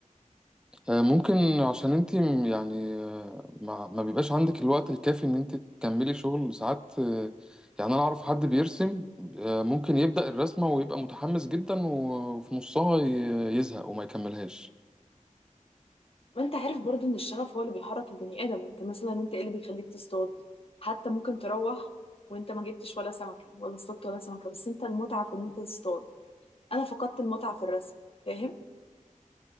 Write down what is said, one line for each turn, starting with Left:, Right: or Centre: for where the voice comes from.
Centre: آه، ممكن عشان انت م- يعني آه، ما, ما بيبقاش عندك الوقت الكافي ان انت تكملي شغل ساعات آه، يعني انا اعرف حد بيرسم آه، ممكن يبدأ الرسمة ويبقى متحمس جدا وفي نصها ي- يزهق وما يكملهاش
Left: ما انت عارف برضو ان الشغف هو اللي بيحرك البني ادم انت مثلا انت ايه اللي بيخليك تصطاد حتى ممكن تروح وانت ما جبتش ولا سمكة ولا اصطدت ولا سمكة بس انت المتعة في ان انت تصطاد انا فقدت المتعة في الرسم فاهم